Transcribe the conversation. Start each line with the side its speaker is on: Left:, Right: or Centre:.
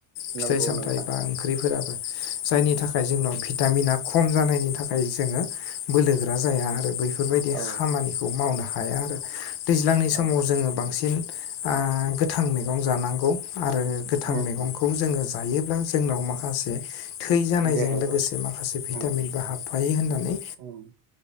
Left: फिथाइ-सामथायाइ
Right: नंगौ नोंथां
Left: बा ओंख्रिफोराबो जायनि
Right: ओम
Left: थाखाय जोंनाव भिटामिना खम जानायनि थाखाय जोङो बोलोग्रा जाया आरो बै फोरबायदि
Right: औ
Left: खामानिखौ मावनो हाया आरो। दैज्लांनि
Right: औ
Left: समाव जोङो बांसिन ओ गोथां मैगं जानांगौ आरो गोथां
Right: ओम
Left: मैगंखौ
Right: ओम
Left: जोङो जायो। ब्ला जोंनाव माखासे थै जानायजों
Right: देहायाव
Left: लोगोसे माखासे भिटामिनबो
Right: ओम
Left: हाबफायो होननानै
Right: ओम